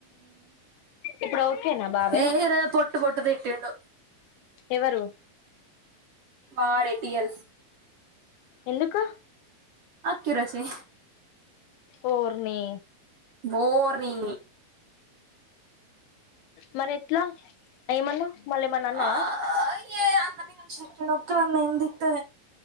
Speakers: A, on the left (about 80°); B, on the right (about 55°).
A: ఇప్పుడు ఓకేనా బాబాయ్
B: ఏ ఈరోజు పొట్టు పొట్టు తిట్టిండు
A: ఎవరు
B: వాడె టియల్
A: ఎందుకు
B: అక్కి రసే
A: అ ఓర్ని
B: ఓర్నీ
A: మరి ఎట్లా ఏమన్నావ్ మళ్ళీ ఏమన్నా అన్నావా
B: ఆ ఏయ అన్న భ చట్ ఒ వన్నంది <unintelligible> తే